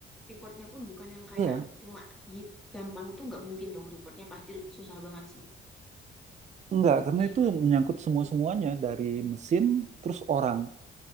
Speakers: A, in the centre; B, on the right.
A: reportnya pun bukan yang kayak
B: ya
A: cuma git gampang tuh nggak mungkin dong reportnya pasti susah banget sih.
B: enggak karena
A: Iya,
B: itu menyangkut semua semuanya dari mesin terus orang